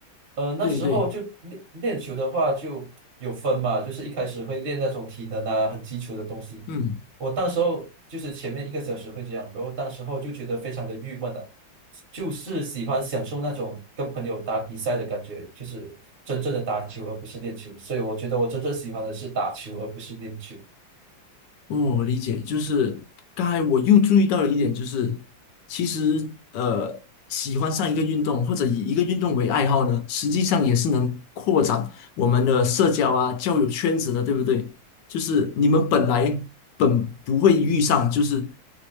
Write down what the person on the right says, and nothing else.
呃，那时候就练练球的话就有分嘛，
就是一开始会练那种体能啊，很基础的东西。
我当时候就是前面一个小时会这样，然后当时候就觉得非常的郁闷了，就是喜欢享受那种跟朋友打比赛的感觉，就是真正的打球而不是练球。所以我觉得我真正喜欢的是打球而不是练球。